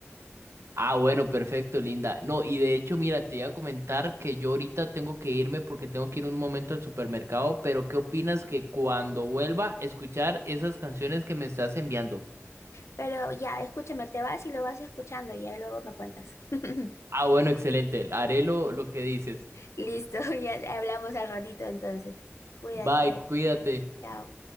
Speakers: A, on the right; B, on the left.
A: Ah, bueno, perfecto, Linda. No, y de hecho, mira, te iba a comentar que yo ahorita tengo que irme porque tengo que ir un momento al supermercado, pero ¿qué opinas que cuando vuelva a escuchar esas canciones que me estás enviando?
B: pero ya, escúchame, te vas y lo vas escuchando y ya luego me cuentas. <laughs>
A: Ah, bueno, excelente. Haré lo, lo que dices.
B: Listo, ya hablamos al ratito entonces. Cuídate,
A: Bye, cuídate.
B: chao.